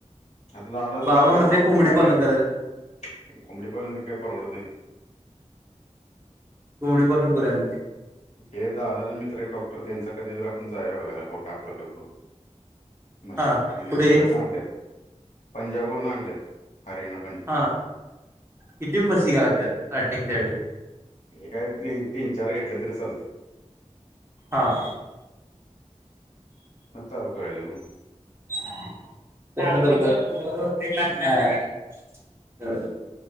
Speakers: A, on the left; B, on the right.
A: आता दादाचं
B: बाबा
A: मित्र
B: म्हणते
A: आहे डॉक्टर
B: कोंबडी
A: आहे
B: पालन करायच
A: कोंबडीपालांनी परवडत नाही.
B: कोंबडी पालन करूया नते.
A: ते जा मित्र आहेत डॉक्टर त्यांचा कधी जर आपण जा बघायला खोटा प्रकल्प. म्हशी
B: हा
A: त्यांना
B: पुढे
A: तिकट आणल्यात पंजाब वर न आणल्यात हरयणा.
B: हा किती म्हशी केल्यात त्या राार्टिंगच्या वेळी.
A: ते काय तीन चार घेतलं तरी चालतंय.
B: हां.
A: चालू करायचं.
B: <unintelligible>
A: हम्म